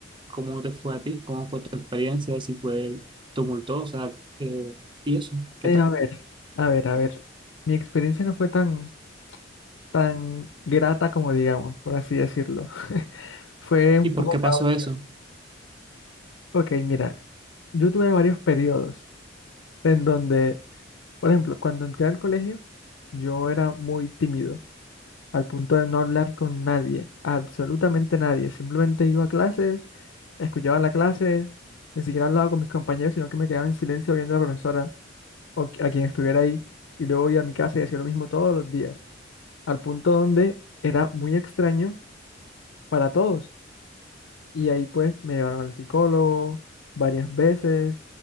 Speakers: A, on the right (about 25°); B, on the left (about 85°).
A: cómo te fue a ti, cómo fue tu experiencia, si fue tumultuosa, eh, y eso, ¿qué
B: Eh,
A: tal?
B: a ver, a ver, a ver. Mi experiencia no fue tan, tan grata como digamos, por así decirlo. <laughs> Fue un
A: ¿Y por
B: poco
A: qué
B: caótica.
A: pasó eso?
B: Ok, mira, yo tuve varios periodos en donde, por ejemplo, cuando entré al colegio, yo era muy tímido. al punto de no hablar con nadie, absolutamente nadie. Simplemente iba a clases, escuchaba la clase, ni siquiera hablaba con mis compañeros, sino que me quedaba en silencio viendo a la profesora o qui- a quien estuviera ahí. Y luego iba a mi casa y hacía lo mismo todos los días, al punto donde era muy extraño para todos. Y ahí pues me llevaron al psicólogo varias veces,